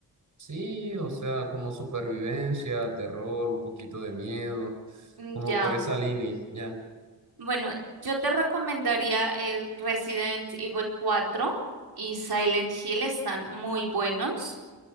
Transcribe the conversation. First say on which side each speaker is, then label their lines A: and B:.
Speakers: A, on the right (about 55°); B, on the right (about 80°).
A: Sí, o sea, como supervivencia, terror, un poquito de miedo,
B: Mm,
A: como
B: Ya.
A: por esa línea, ya.
B: Bueno, yo te recomendaría el Resident Evil 4 y Silent Hill, están muy buenos.